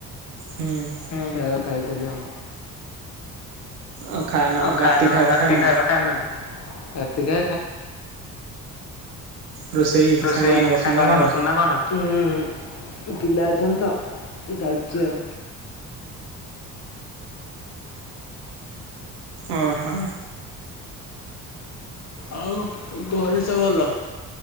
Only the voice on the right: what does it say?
ହୁଁ।
ଆଉ ଖାଇନ
ରାତି
ଖାଇନ
ରୋଷେଇ
କରୁଛନ୍ତି ନା କଣ?
ଓହୋ।